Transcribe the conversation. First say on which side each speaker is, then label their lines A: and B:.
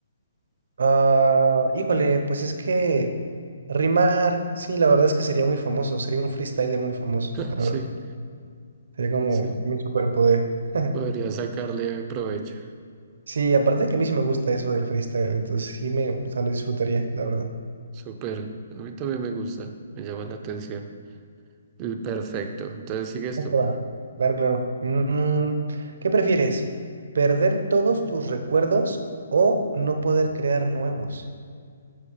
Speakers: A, on the right (about 65°); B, on the right (about 20°).
A: Ah, híjole, pues es que rimar, sí, la verdad es que sería muy famoso, sería un freestyler muy famoso,
B: <laughs>
A: la
B: Sí,
A: verdad. Sería como
B: sí.
A: mi superpoder. <laughs>
B: Podría sacarle provecho.
A: Sí, aparte de que a mí sí me gusta eso del freestyle, entonces sí me, o sea, lo disfrutaría, la verdad.
B: Súper. A mí también me gusta, me llama la atención. Perfecto. Entonces sigues
A: Ahí
B: tú.
A: te va. Claro, claro. Mm, ¿qué prefieres? ¿Perder todos tus recuerdos o no poder crear nuevos?